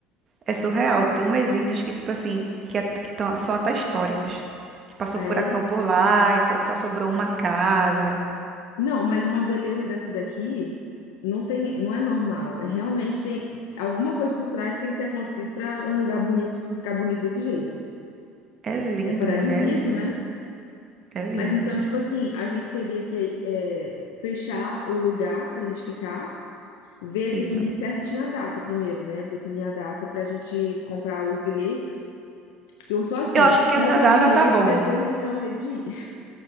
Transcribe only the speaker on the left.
Ah,
é?
Não, mas uma beleza dessa daqui não tem, não é normal. É realmente tem alguma coisa por trás que tem que ter acontecido pra um lugar bonito ficar bonito desse jeito.
É paradisíaco,
né?
Mas então, tipo assim, a gente teria que é, fechar o lugar pra gente ficar ver,
definir certinho a data primeiro, né? Definir a data para a gente comprar os bilhetes Eu sou assim,
tipo,
compra
o bilhete
e depois a gente dá um jeito de ir.